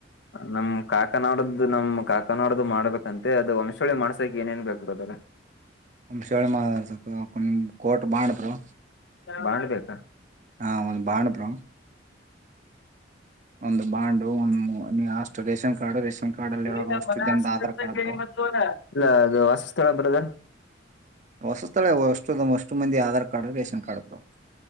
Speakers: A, on the left; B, on the right.
A: ನಮ್ ಕಾಕ ನಾವರದು ನಮ್ ಕಾಕ ನಾವರದು ಮಾಡ್ಬೇಕಂತೆ ಅದು ವಂಶೋಳಿ ಮಾಡ್ಸಕ್ ಏನೇನ್ ಬೇಕು ಬ್ರದರ್.
B: ವಂಶೋಳಿ ಮಾಡ್ಸಾಕ್ ನಿಮ್ಮ ಕೋಟ್ ಬಾಂಡ ಬ್ರೋ.
A: ಬಾಂಡ ಬೇಕಾ.
B: ಹಾ ಒಂದು ಬಾಂಡ್ ಬ್ರೂ. ಒಂದು ಬಾಂಡು ಒಂದ್ ನೀ ಅಷ್ಟು ರೇಷನ್ ಕಾರ್ಡ್ ರೇಷನ್. ಕಾರ್ಡ್ ಅಲ್ಲಿ
A: <unintelligible>
B: ಇರೋರು ಅಷ್ಟು ಜನದ ಆಧಾರ್ ಕಾರ್ಡ್ ಬ್ರೋ
A: <inaudible> ವಾಸಸ್ಥಳ ಬ್ರದರ್.
B: ವಾಸಸ್ಥಳ ಎಷ್ಟುದ ಒಷ್ಟು ಮಂದಿ Aadhaar card ration card bro.